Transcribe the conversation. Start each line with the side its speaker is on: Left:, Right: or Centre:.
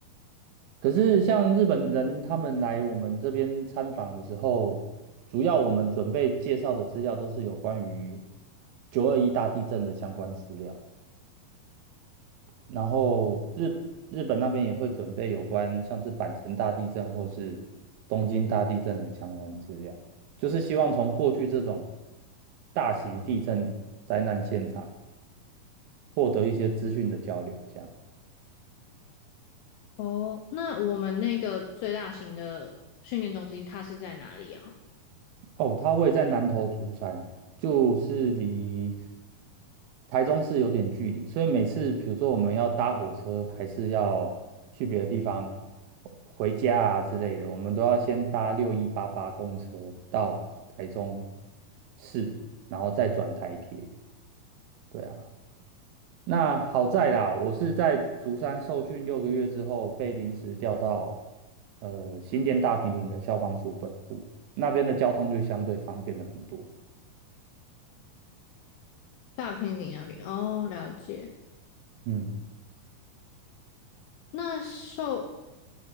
Right: 可是像日本人他们来我们这边参访的时候，主要我们准备介绍的资料都是有关于九二一大地震的相关资料，然后日日本那边也会准备有关像是阪神大地震或是东京大地震的相关资料，就是希望从过去这种大型地震灾难现场获得一些资讯的交流，这样。
Left: 哦，那我们那个最大型的训练中心它是在哪里啊？
Right: 哦，它位在南投竹山，就是离台中市有点距离，所以每次比如说我们要搭火车，还是要去别的地方回家啊之类的，我们都要先搭六一八八公车到台中市，然后再转台铁。对啊，那好在啦，我是在竹山受训六个月之后，被临时调到呃新店大平岭的消防署本部，那边的交通就相对方便了很多。
Left: 大平里那边哦，了解。
Right: 嗯
Left: 那受